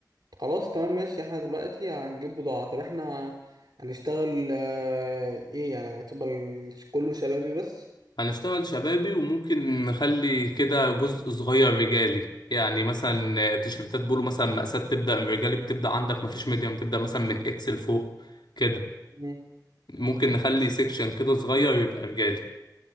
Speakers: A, on the right (about 70°); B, on the left (about 80°).
A: خلاص تمام ماشي احنا دلوقتي هنجيب بضاعة طب احنا هنشتغل آه، ايه يعني هتبقى ال- كله شبابي بس
B: هنشتغل شبابي وممكن نخلي كده جزء صغير رجالي يعني مثلا تيشيرتات بولو مثلا مقاسات تبدأ من رجالي بتبدأ عندك مفيش ميديوم تبدأ مثلا من اكس لفوق كده
A: مم.
B: ممكن نخلي سيكشن كده صغير يبقى رجالي